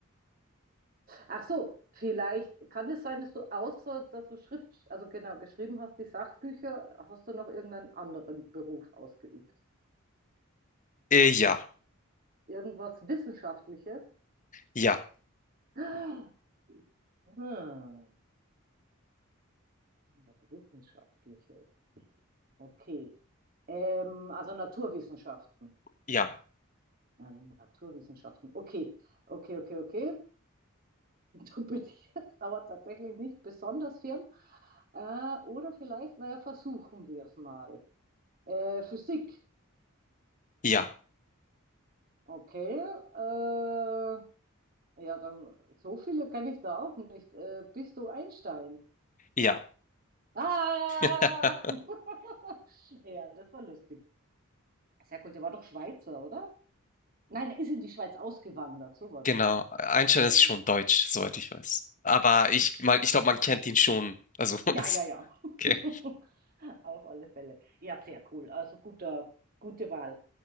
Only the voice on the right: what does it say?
Ach so, vielleicht kann es sein, dass du außer dass du Schrift, also genau, geschrieben hast, die Sachbücher, hast du noch irgendeinen anderen Beruf ausgeübt?
Irgendwas Wissenschaftliches?
Ah, Hm, was Wissenschaftliches. Okay. Ähm, also Naturwissenschaften.
Nein, Naturwissenschaften. Okay, okay, okay, okay. <laughs> Und dann bin ich, das dauert tatsächlich nicht besonders firm. Äh, oder vielleicht, naja, versuchen wir es mal. Äh, Physik,
okay. Äh, ja, dann so viele kann ich da auch nicht. Äh, bist du Einstein?
Ah!
<laughs> Ja, das war lustig. Sehr cool. Der war doch Schweizer, oder? Nein, der ist in die Schweiz ausgewandert. So war
das.
Mhm.
Ja,
ja, ja.
<laughs> Auf alle Fälle. Ja, sehr cool. Also guter, gute Wahl.